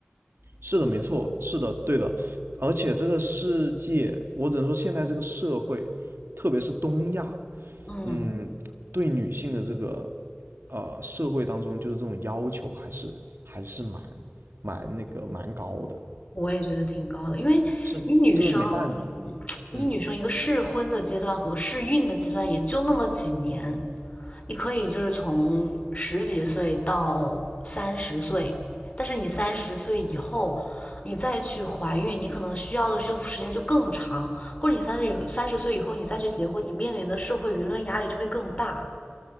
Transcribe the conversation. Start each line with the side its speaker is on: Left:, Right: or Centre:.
Right: 是的，没错，是的，对的。而且这个世界，我只能说现在这个社会，特别是东亚，
Left: 嗯，
Right: 嗯，对女性的这个呃社会当中，就是这种要求还是还是蛮蛮那个蛮高的，
Left: 我也觉得挺高的，因为你女生，
Right: 是这个没办法，
Left: <tsk> 你女生一个适婚的阶段和适孕的阶段也就那么几年，
Right: 嗯。
Left: 你可以就是从十几岁到三十岁，但是你三十岁以后，你再去怀孕，你可能需要的修复时间就更长，或者你三十以三十岁以后你再去结婚，你面临的社会舆论压力就会更大。